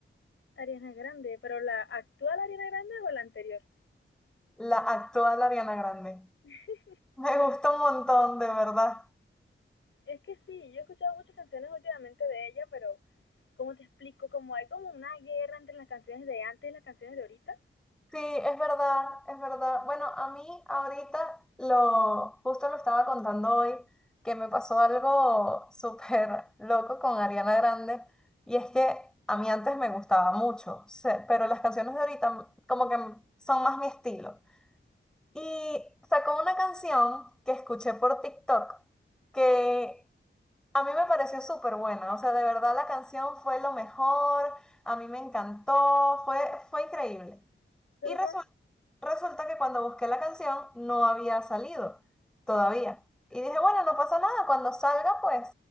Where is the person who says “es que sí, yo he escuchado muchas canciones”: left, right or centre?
Left